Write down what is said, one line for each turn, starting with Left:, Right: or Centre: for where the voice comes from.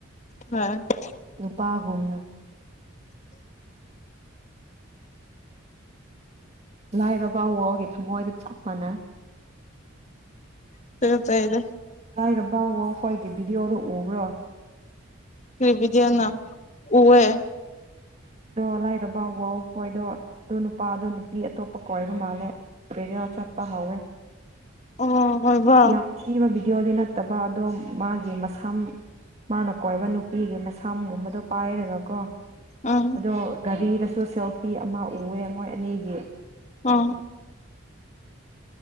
Left: <unintelligible>
Right: ꯅꯨꯄꯥꯒꯨꯝꯅ ꯂꯥꯏꯔꯕ ꯋꯥꯔꯜꯒꯤ ꯊꯝꯃꯣꯏꯒ ꯆꯞ ꯃꯥꯟꯅꯩ
Left: <inaudible>
Right: ꯂꯥꯏꯔꯕ ꯋꯥꯔꯜ ꯍꯣꯏꯒꯤ ꯚꯤꯗꯤꯋꯣꯗꯣ ꯎꯕ꯭ꯔꯣ
Left: ꯀꯔꯤ ꯚꯤꯗꯤꯌꯣꯅꯣ ꯎꯋꯦ
Right: ꯑꯗꯣ ꯂꯥꯏꯔꯕ ꯋꯥꯔꯜ ꯃꯣꯏꯗꯣ ꯑꯗꯨ ꯅꯨꯄꯥꯗꯣ ꯅꯨꯄꯤ ꯑꯇꯣꯞꯄ ꯀꯣꯢꯔꯕ ꯃꯥꯜꯂꯦ ꯄ꯭ꯔꯦꯌꯦꯜ ꯆꯠꯄ ꯍꯧꯋꯦ
Left: ꯑꯣ ꯑꯣꯏꯕ꯭ꯔꯣ
Right: ꯌꯥꯝ ꯊꯤꯕ ꯚꯤꯗꯤꯑꯣꯗꯤ ꯅꯠꯇꯕ ꯑꯗꯣ ꯃꯥꯒꯤ ꯃꯁꯝ ꯃꯥꯅ ꯀꯣꯏꯕ ꯅꯨꯄꯤꯒꯤ ꯃꯁꯝꯒꯨꯝꯕꯗꯣ ꯄꯥꯏꯔꯒ ꯀꯣ
Left: ꯑꯪ
Right: ꯑꯗꯣ ꯒꯥꯔꯤꯗꯁꯨ ꯁꯦꯜꯐꯤ ꯑꯃ ꯎꯋꯦ ꯃꯣꯏ ꯑꯅꯤꯒꯤ
Left: ꯑꯥ